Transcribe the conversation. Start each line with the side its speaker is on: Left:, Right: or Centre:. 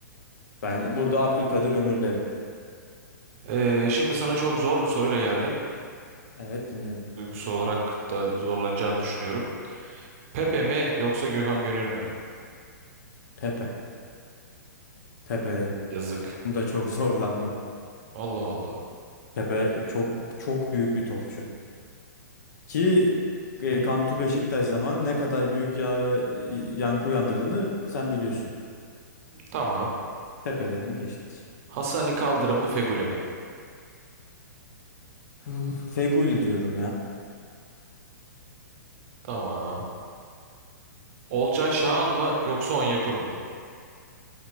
Left: Ben burada Abdülkadir Ömür derim.
Right: Eee, şimdi sana çok zor bir soruyla geldim.
Left: Evet dinliyorum.
Right: Duygusal olarak da zorlanacağını düşünüyorum. Pepe mi yoksa Gökhan Gönül mü?
Left: Pepe. Pepe derim.
Right: Yazık.
Left: Bunda çok <laughs> zorlanmam.
Right: Allah Allah.
Left: Pepe çok çok büyük bir topçu. Ki e, Come to Beşiktaş zaman ne kadar büyük ya, yankı uyandırdığını sen biliyorsun.
Right: Tamam.
Left: Pepe dedim geçtik.
Right: Hasani Kaldırım mı Fegüli mi?
Left: Hmm. Feguli diyorum ya.
Right: Tamam. Olcay Şahan mı yoksa Onyekuru mu?